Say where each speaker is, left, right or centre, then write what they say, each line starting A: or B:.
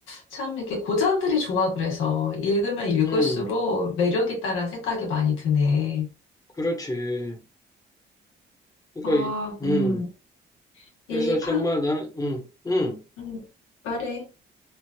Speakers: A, on the left (about 85°); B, on the left (about 15°).
A: 참 이렇게 고전들이 좋아 그래서 읽으면 읽을수록
B: 음,
A: 매력 있다라는 생각이 많이 드네.
B: 그렇지. 그러니까,
A: 아,
B: 이-
A: 음,
B: 음,
A: 이
B: 그래서 정말
A: 파,
B: 나는, 음, 음.
A: 음, 말해.